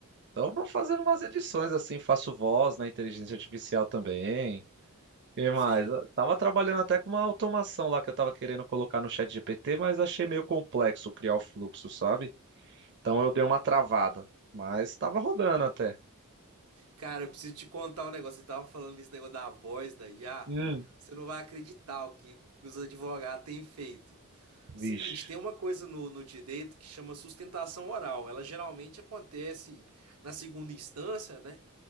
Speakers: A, on the right; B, on the right.
A: Então, eu vou fazendo umas edições assim, faço voz na inteligência artificial também. que mais?
B: Sim.
A: Eu Tava trabalhando até com uma automação lá que eu tava querendo colocar no chat GPT, mas achei meio complexo criar o fluxo, sabe? Então eu dei uma travada, mas tava rodando até.
B: Cara, eu preciso te contar um negócio. Você tava falando esse negócio da voz da IA.
A: Hum,
B: Você não vai acreditar o que, que os advogados têm feito.
A: vixe,
B: Seguinte, tem uma coisa no, no direito que chama sustentação oral. Ela geralmente acontece na segunda instância, né?